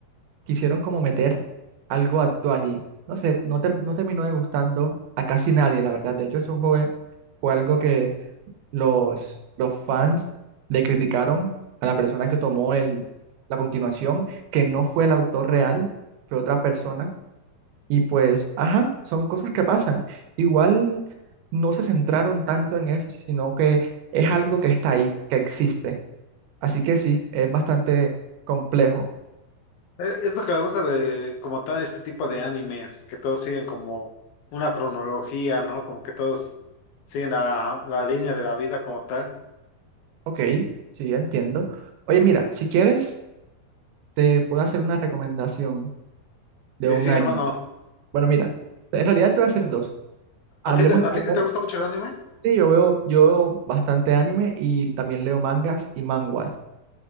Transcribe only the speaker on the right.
quisieron como meter algo actual y no sé, no, ter- no terminó de gustando a casi nadie, la verdad. De hecho, eso fue, fue algo que los, los fans le criticaron a la persona que tomó el, la continuación, que no fue el autor real, fue otra persona. Y pues, ajá, son cosas que pasan. Igual no se centraron tanto en eso, sino que es algo que está ahí, que existe. Así que sí, es bastante complejo.
Ok, sí, ya entiendo. Oye, mira, si quieres, te puedo hacer una recomendación de
un
anime.
Bueno, mira, en realidad te voy a hacer dos. Hablemos
primero.
Sí, yo veo, yo veo bastante anime y también leo mangas y manguas.